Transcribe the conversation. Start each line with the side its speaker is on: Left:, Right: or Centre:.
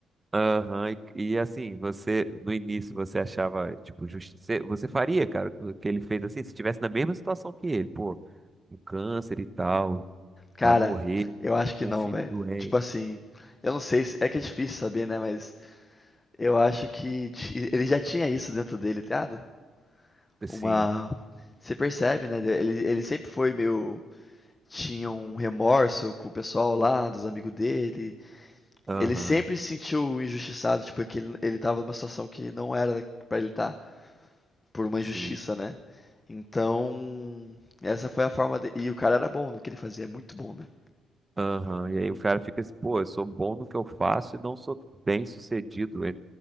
Right: Aham, e, e, assim, você, no início, você achava, tipo, justi... Você você faria, cara, o que ele fez assim, se estivesse na mesma situação que ele, pô, com câncer e tal,
Left: Cara,
Right: vai morrer,
Left: eu acho que
Right: com
Left: não,
Right: um filho
Left: velho.
Right: doente.
Left: Tipo assim, eu não sei se. É que é difícil saber, né? Mas eu acho que ti- ele já tinha isso dentro dele, tá ligado? Uma.
Right: Sim,
Left: Você percebe, né? Ele, ele sempre foi meio. Tinha um remorso com o pessoal lá, dos amigos dele.
Right: aham,
Left: Ele sempre se sentiu injustiçado, tipo, é que ele, ele tava numa situação que não era pra ele estar, por uma
Right: sim,
Left: injustiça, né? Então, essa foi a forma de... E o cara era bom no que ele fazia, muito bom, né?
Right: aham. E aí o cara fica assim, pô, eu sou bom no que eu faço e não sou bem sucedido, e